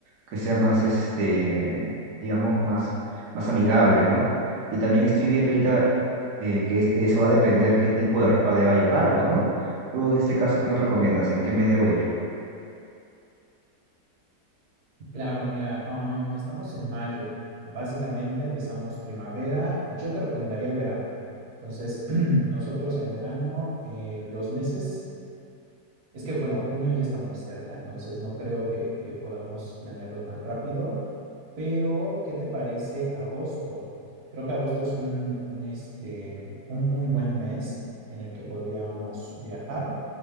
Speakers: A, on the right; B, on the right.
A: que sea más, este, digamos, más, más amigable, ¿no? Y también estoy viendo ahorita eh, que es- de eso va a depender qué tipo de ropa deba llevar, pues, ¿no? Tú en este caso, ¿qué me recomiendas? ¿En qué mes debo ir?
B: Claro, mira, am, estamos en mayo. Básicamente empezamos primavera. Yo te recomendaría el verano. Entonces, <clears throat> nosotros en verano, eh, los meses, es que, bueno, junio ya está muy cerca, entonces no creo que, que podamos planearlo tan rápido, pero ¿qué te parece agosto? Creo que agosto es un, un, este, un muy buen mes en el que podríamos viajar.